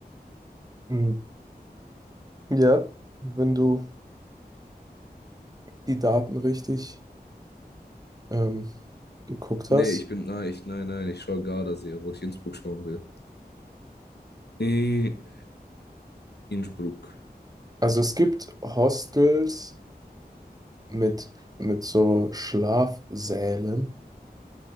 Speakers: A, on the right; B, on the left.
A: Mhm. Ja, wenn du die Daten richtig ähm, geguckt
B: Nee,
A: hast.
B: ich bin, nein, ich, nein, nein, ich schaue Gardasee, obwohl ich Innsbruck schauen will. Äh, Innsbruck.
A: Also es gibt Hostels mit, mit so Schlafsälen.